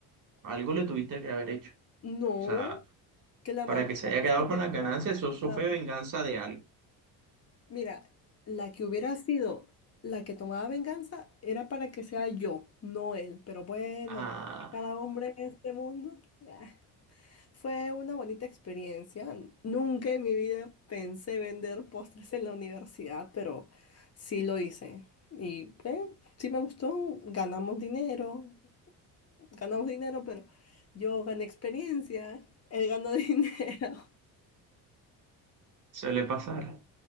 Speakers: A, on the right; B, on the left.
A: Algo le tuviste que haber hecho.
B: No,
A: O sea,
B: que la
A: para
B: mamá
A: que se haya quedado
B: se
A: con
B: le
A: las ganancias,
B: quedó-
A: eso, eso
B: la-
A: fue venganza de algo.
B: mira, la que hubiera sido la que tomaba venganza era para que sea yo, no él. Pero bueno,
A: Ah,
B: cada hombre en este mundo. ah, Fue una bonita experiencia. Nunca en mi vida pensé vender postres en la universidad, pero sí lo hice. Y eh, sí me gustó. Ganamos dinero, ganamos dinero, pero yo gané experiencia. Él ganó <laughs> dinero.
A: suele pasar.